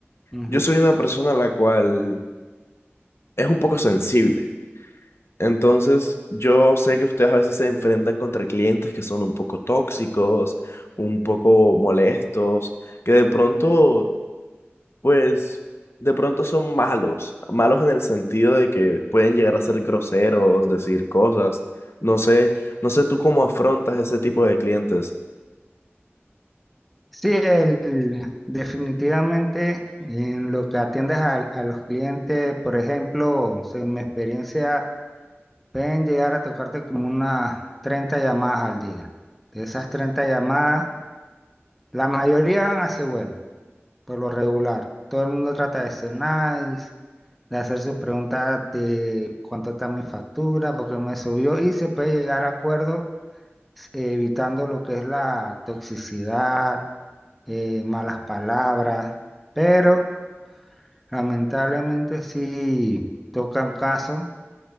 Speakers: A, in the centre; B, on the left.
A: Ujú.
B: yo soy una persona la cual es un poco sensible. Entonces, yo sé que ustedes a veces se enfrentan contra clientes que son un poco tóxicos, un poco molestos, que de pronto Pues de pronto son malos, malos en el sentido de que pueden llegar a ser groseros, decir cosas. No sé, no sé tú cómo afrontas ese tipo de clientes.
A: Sí, el- definitivamente en lo que atiendes al- a, los clientes, por ejemplo, según mi experiencia, pueden llegar a tocarte como unas 30 llamadas al día. De esas 30 llamadas, la mayoría van a ser buenas. por lo regular. Todo el mundo trata de ser nice, de hacer sus preguntas de cuánto está mi factura, porque me subió y se puede llegar a acuerdos eh, evitando lo que es la toxicidad, eh, malas palabras, pero lamentablemente sí tocan casos